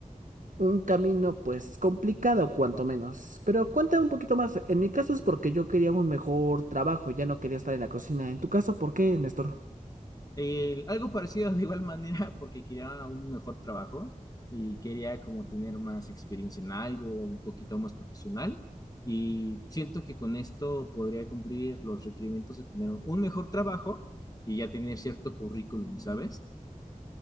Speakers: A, on the right; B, on the left.
A: un camino, pues, complicado, cuanto menos. Pero cuéntame un poquito más. En mi caso es porque yo quería un mejor trabajo, ya no quería estar en la cocina. En tu caso, ¿por qué, Néstor?
B: Eh, algo parecido de igual manera porque quería un mejor trabajo y quería como tener más experiencia en algo, un poquito más profesional y siento que con esto podría cumplir los requerimientos de tener un mejor trabajo y ya tener cierto currículum, ¿sabes?